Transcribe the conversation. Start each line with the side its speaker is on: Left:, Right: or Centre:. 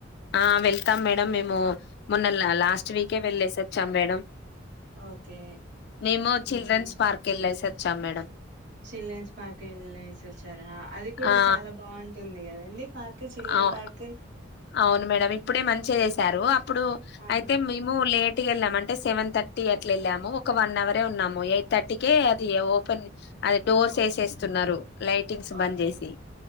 Left: ఆ వెళ్తాం మేడం మేము మొన్న లాస్ట్ వీకే వెళ్ళేసొచ్ చం మేడం
Right: ఓకే
Left: మేము
Right: మ్మ్
Left: చిల్డ్రన్స్ పార్క్ ఎళ్ళేసొ చాం మేడం
Right: చిల్డ్రన్స్ పార్క్ ఎళ్ళేసొచ్చారా అది కూడా
Left: ఆ
Right: చాలా బాగుంటుంది కదా పార్క్ చిల్డ్రెన్
Left: అవు
Right: పార్క్
Left: అవును మేడం ఇప్పుడే మంచిగా చేశారు అప్పుడు
Right: అవును
Left: అయితే మేము లేట్ ట్గెళ్ళాము అంటే సెవెన్ థర్టీ అట్లా వెళ్ళాము ఒక వన్ అవరే ఉన్నాము ఎయిట్ థర్టీకే అది ఓపెన్ అది డోర్స్
Right: ఓకే
Left: ఏసేస్తున్నారు లైటింగ్స్ బంద్
Right: ఓకే
Left: చేసి